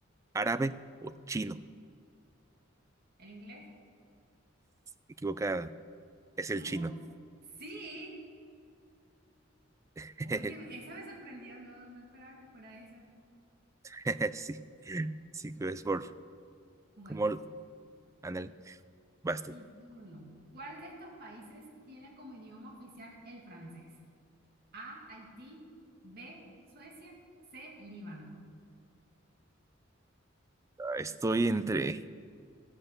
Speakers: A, on the right; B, on the right.
A: árabe o chino?
B: ¿El inglés?
A: Equivocada, es el
B: Du.
A: chino.
B: Sí.
A: <laughs>
B: Oye, esa me sorprendió. No, no esperaba que fuera esa.
A: <laughs> Sí, sí, que es por
B: Bueno.
A: como Anel, vas tú.
B: Mi turno. ¿Cuál de estos países tiene como idioma oficial el francés? A, Haití, B, Suecia, C, Líbano.
A: Estoy entre,